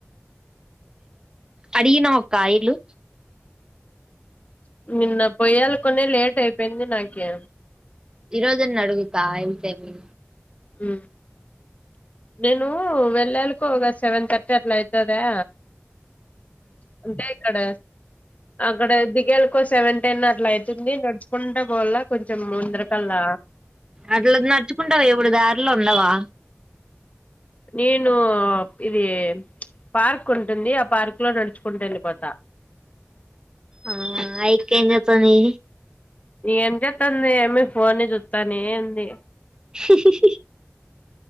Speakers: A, on the right; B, on the left.
A: అడిగినా ఒక కాయలు
B: నిన్న పోయ్యాలి కొన్ని లేట్ అయిపోయింది నాకే
A: ఈ రోజని అడుగుతా వెళ్తేామి
B: ఉ నేను వెళ్ళాలకో ఒక సెవెన్ థర్టీ అట్లా అవుతుదా ంటే ఇక్కడ అక్కడ దిగలకో సెవెన్ టెన్ అట్లా అవుతుంది నడుచుకుంట పోల్ల కొంచెం ముందరికల్లా
A: అట్ల నడుచ్చుకుంటావా ఎప్పుడు దారిలో ఉండవా
B: నేను ఇదది పార్క్ ఉంటుంది ఆ పార్క్ లో నడుచుకుంటా వెళ్ళడిపోత
A: ఆ ఐ కంగాతని
B: ఏం చేస్తాంది ఏమి ఫోన్ని చూస్తాను ఏంది
A: స